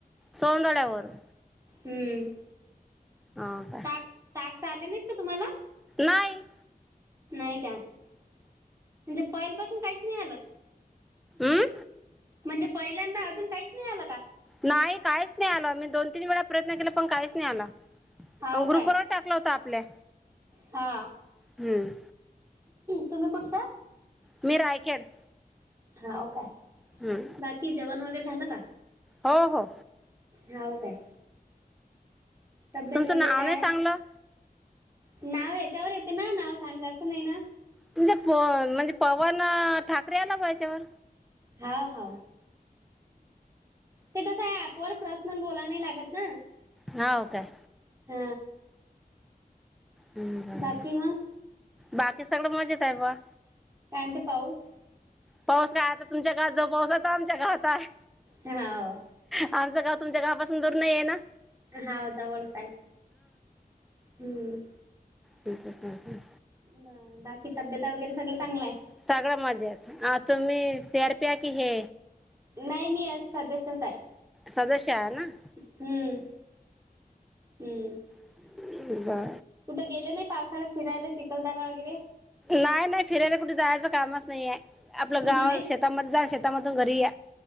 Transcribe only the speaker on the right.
हम्म
टास्क टास्क आले नाहीत का तुम्हाला?
नाई का म्हणजे पैल पासून काईच नी आलं.
म्हणजे पहिल्यांदा अजून काईच नाई आलं का.
हाव
काय
हा
तुम्ही कुठचं?
नाव काय.
बाकी जेवण वगैरे झालं का?
हो काय. तब्येत
वगैरे
काय
नाव यांच्यावर येते न नाव सांगायचं नाई ना.
हा ह ते कसंय ऍपवर प्रसनल बोलाव नाई लागत न
ह.
बाकी मग
काय म्हंते पाऊस?
हाव
हाव जवलचाय हम्म.
ब बाकी तब्यता वगैरे सगळं चांगलाय.
नई मी सदस्यचाय.
हम्म हम्म.
कुठं गेले नई पावसाळ्यात फिरायले चिखलदरा वगैरे.
नाही